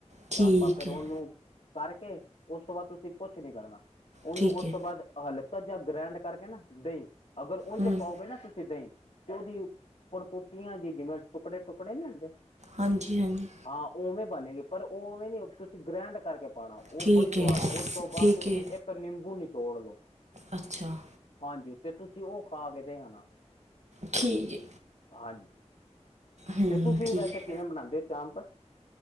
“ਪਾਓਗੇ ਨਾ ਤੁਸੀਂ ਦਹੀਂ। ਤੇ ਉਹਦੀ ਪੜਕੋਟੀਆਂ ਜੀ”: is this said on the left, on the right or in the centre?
Left